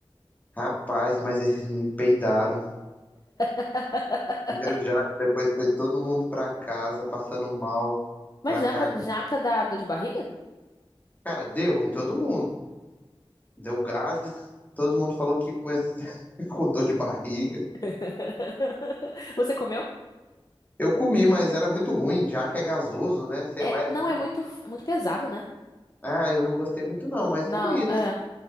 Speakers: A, on the left (about 15°); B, on the left (about 40°).
A: Rapaz, mas esses meninos peidaram.
B: <laughs>
A: Primeiro jaca, depois foi todo mundo pra casa, passando mal,
B: Mas
A: pra
B: jaca,
A: cagar.
B: jaca dá dor de barriga?
A: Cara, deu em todo mundo. Deu gases. Todo mundo falou que com, esse- <laughs> com dor de barriga.
B: <laughs> Você comeu?
A: Eu comi, mas era muito ruim. Jaca é gasoso, né? Sei
B: É,
A: lá, é
B: não,
A: ruim.
B: é muito, muito pesado, né?
A: Ah, eu não gostei muito não, mas
B: Não,
A: comi, né?
B: é.